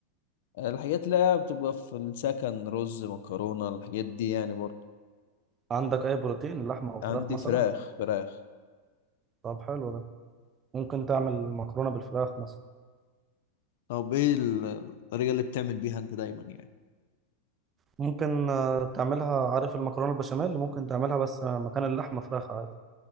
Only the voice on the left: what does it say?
الحاجات اللي هي بتبقى في السكن رز مكرونة الحاجات دي يعني برضه
عندي
فراخ فراخ
طب ايه ال- الطريقة اللي بتعمل بيها انت دايما يعني